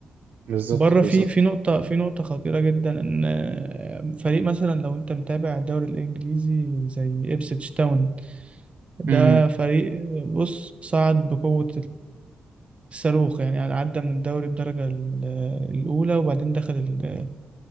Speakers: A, on the right (about 65°); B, on the right (about 35°).
A: بالظبط
B: بره في
A: بالظبط
B: في نقطة في نقطة خطيرة جدا ان آه، فريق مثلا لو انت متابع الدوري الانجليزي زي ابسيتش تاون ده
A: مم.
B: فريق آه، بص صعد بقوة الصاروخ يعني يعني عدى من الدوري الدرجة ال- آه، الأولى وبعدين دخل ال- آه،